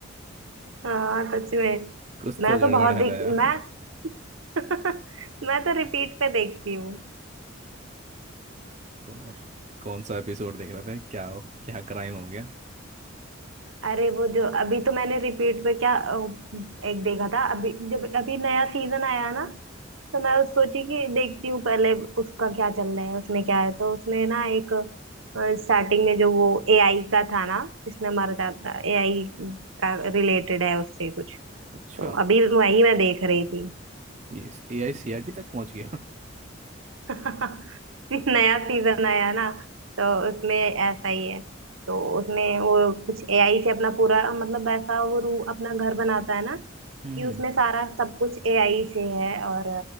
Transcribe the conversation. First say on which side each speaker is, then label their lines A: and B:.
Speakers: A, on the right; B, on the right.
A: हाँ सच में
B: कुछ
A: मैं
B: तो गड़बड़
A: तो बहुत
B: है
A: देख
B: दया
A: मैं <laughs> मैं तो रिपीट पे देखती हूँ
B: <laughs> और कौन सा एपिसोड देख रहे थे क्या हो क्या क्राइम हो गया
A: अरे वो जो अभी तो मैंने रिपीट पे क्या अ, एक देखा था अभी जब अभी नया सीजन आया ना तो मैं उस सोची कि देखती हूँ पहले उसका क्या चल रहा है उसमें क्या है तो उसमें ना एक स्टार्टिंग में जो वो एआई का था ना जिसमें मर जाता एआई का रिलेटेड है उससे कुछ
B: अच्छा
A: तो अभी वही मैं देख रही थी
B: ये इस ए आई सी आर डी तक पहुंच गया
A: <laughs> फिर नया सीजन आया ना तो उसमें ऐसा ही है तो उसमें वो कुछ एआई से अपना पूरा मतलब ऐसा वो रू अपना घर बनाता है ना कि
B: हम्म हम्म,
A: उसमें सारा सब कुछ एआई से है और